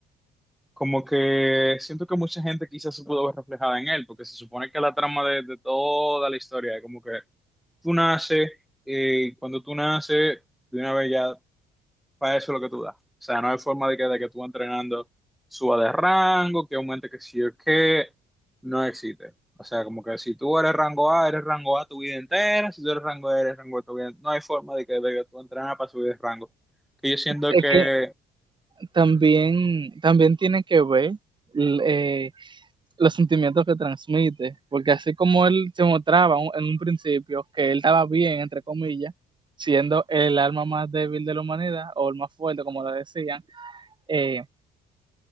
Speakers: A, in the centre; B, on the right.
A: Como que siento que mucha gente quizás se pudo ver reflejada en él, porque se supone que la trama de, de toda la historia es como que tú naces, y cuando tú naces, de una vez ya, para eso es lo que tú das. O sea, no hay forma de que, de que tú entrenando suba de rango, que aumente que sí o que no existe. O sea, como que si tú eres rango A, eres rango A tu vida entera, si tú eres rango A, eres rango A tu vida entera. No hay forma de que, de que tú entrenas para subir de rango. Que yo siento
B: Es
A: que,
B: que también, también tiene que ver l- eh, los sentimientos que transmite, porque así como él se mostraba un- en un principio que él estaba bien, entre comillas, siendo el alma más débil de la humanidad o el más fuerte, como lo decían, eh,